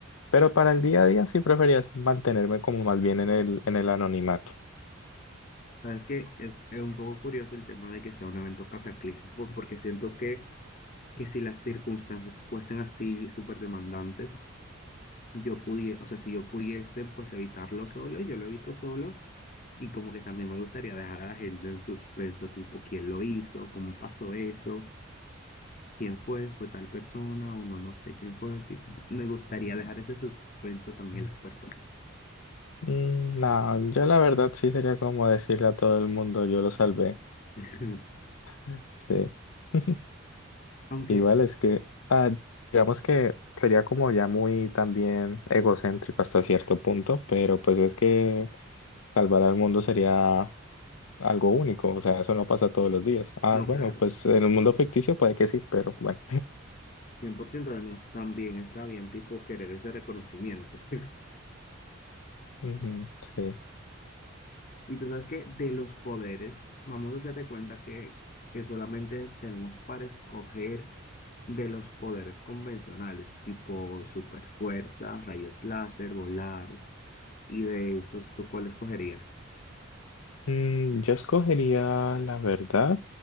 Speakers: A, on the left; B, on the left.
A: pero para el día a día sí preferiría mantenerme como más bien en el, en el anonimato.
B: Sabes que es, eh, un poco curioso el tema de que sea un evento cataclísmico porque siento que, que si las circunstancias fuesen así súper demandantes, yo pudiese, o sea, si yo pudiese pues evitarlo solo, yo lo evito solo Y como que también me gustaría dejar a la gente en suspenso, tipo, ¿quién lo hizo? ¿Cómo pasó eso? ¿Quién fue? ¿Fue tal persona? O no, no sé quién fue. tipo, me gustaría dejar ese suspenso también en las personas.
A: Mm, No, yo la verdad sí sería como decirle a todo el mundo, yo lo salvé.
B: <laughs>
A: <laughs> Sí. <laughs>
B: Aunque,
A: Igual es que, ah, digamos que sería como ya muy también egocéntrico hasta cierto punto, pero pues es que salvar al mundo sería algo único, o sea, eso no pasa todos los días. Ah,
B: no,
A: bueno,
B: claro,
A: pues en un mundo ficticio puede que sí, pero bueno.
B: cien por ciento además también está bien, tipo, querer ese reconocimiento. <laughs>
A: Ujú, sí.
B: Y tú sabes que de los poderes, vamos a hacer de cuenta que, que solamente tenemos para escoger de los poderes convencionales, tipo super fuerza, rayos láser, volar, Y de esos, ¿tú cuál escogerías?
A: Mm, yo escogería, la verdad,